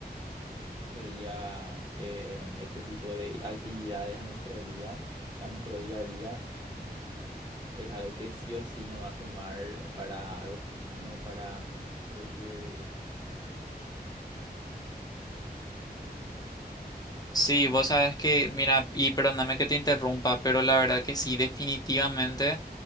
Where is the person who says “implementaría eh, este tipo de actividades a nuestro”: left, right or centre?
Right